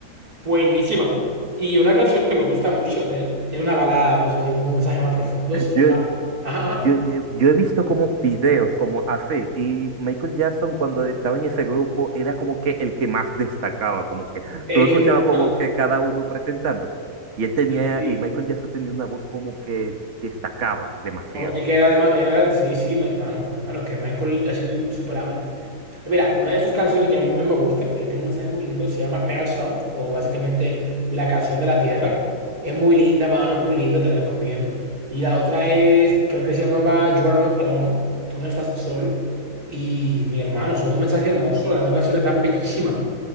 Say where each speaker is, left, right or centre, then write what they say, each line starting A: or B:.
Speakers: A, on the right; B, on the right.
A: Buenísima. Y una canción que me gusta mucho de él, es una balada, vamos a decir, un mensaje más profundo, se llama...
B: yo,
A: Ajá, ajá.
B: yo, eh, yo he visto como videos como así, y Michael Jackson cuando estaba en ese grupo era como que el que más destacaba, como que
A: Es
B: tú escuchabas
A: que es normal.
B: como que cada uno presentándose, y él tenía,
A: Sí.
B: y Michael Jackson tenía una voz como que destacaba demasiado.
A: Sobre- Es que era además, era, sí, sí, mi hermano, mi hermano, es que Michael ha sido insuperable. Mira, una de sus canciones que a mí me gusta, que tiene un mensaje muy lindo, se llama Earth Song, o básicamente La canción de la tierra. Es muy linda, mano, es muy linda, te la recomiendo. Y la otra es, creo que se llamaba You Are Not Alone, tú no estás solo. Y mi hermano, son un mensaje hermoso, las dos canciones están bellísimas,